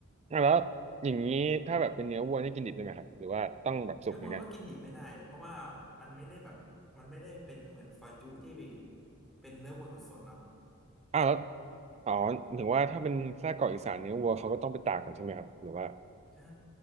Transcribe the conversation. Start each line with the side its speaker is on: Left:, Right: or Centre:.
Right: แล้วอย่างนี้ถ้าแบบเป็นเนื้อวัวนี่กินดิบได้ไหมครับหรือว่าต้องแบบสุกเหมือนกัน
Centre: เนื้อวัวก็กินดิบไม่ได้เพราะว่ามันไม่ได้แบบมันไม่ได้เป็นเหมือนซอยจุที่เป็นเนื้อวัวสดๆเนาะ
Right: อ้าวแล้วอ๋อถึงว่าถ้าเป็นไส้กรอกอีสานเนื้อวัวเขาก็ต้องไปตากกันใช่ไหมครับหรือว่า
Centre: ใช่